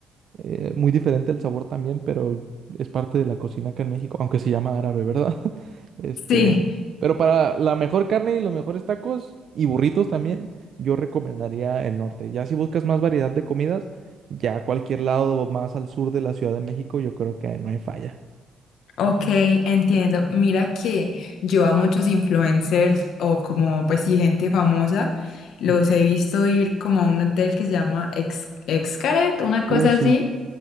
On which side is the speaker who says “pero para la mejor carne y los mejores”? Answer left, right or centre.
Right